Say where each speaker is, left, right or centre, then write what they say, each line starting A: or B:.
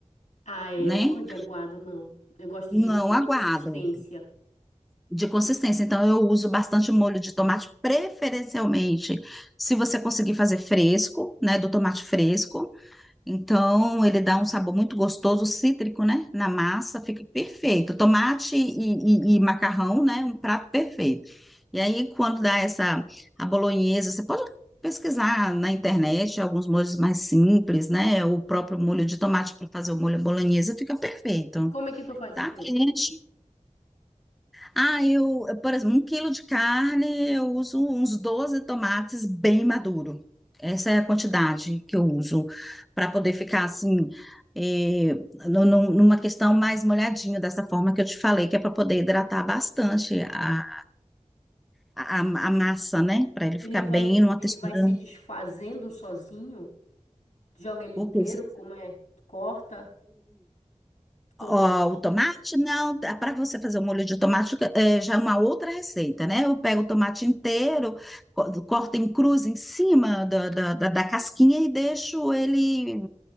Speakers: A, on the left; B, in the centre.
A: Ah, é,
B: né?
A: eu não gosto de aguado, não. Eu gosto
B: Não
A: de ter
B: aguado,
A: consistência.
B: de consistência. Então, eu uso bastante molho de tomate, preferencialmente, se você conseguir fazer fresco, né? Do tomate fresco Então, ele dá um sabor muito gostoso, cítrico, né? Na massa, fica perfeito. Tomate e, e- e macarrão, né? Um prato perfeito. E aí, quando dá essa a bolonhesa, você pode pesquisar na internet alguns molhos mais simples, né? O próprio molho de tomate para fazer o molho bolonhesa fica perfeito.
A: Como é que tu faz
B: Tá
A: o teu?
B: quente. Ah, eu, por exemplo, um quilo de carne, eu uso uns 12 tomates bem maduro. Essa é a quantidade que eu uso para poder ficar assim, eh, nu- nu- numa questão mais molhadinho, dessa forma que eu te falei, que é para poder hidratar bastante a, a, a massa, né? Para ele
A: Ele
B: ficar
A: vai,
B: bem numa
A: ele
B: textura.
A: vai se
B: né?
A: desfazendo sozinho? Joga ele
B: Porque
A: inteiro? Como é? Corta? Tomate.
B: Ó, o tomate, não, para você fazer o molho de tomate eh, já é uma outra receita, né? Eu pego o tomate inteiro, co- corto em cruz em cima da, da, da, da casquinha e deixo ele